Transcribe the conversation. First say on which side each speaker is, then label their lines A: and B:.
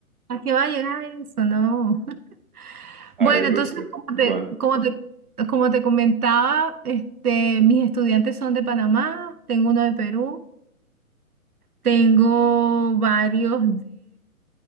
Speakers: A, on the right; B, on the right.
A: ¿a qué va a llegar eso? No. <laughs>
B: Ay,
A: Bueno,
B: no
A: entonces,
B: sé.
A: como
B: Bueno,
A: te, como te, como te comentaba, este, mis estudiantes son de Panamá, tengo uno de Perú, tengo varios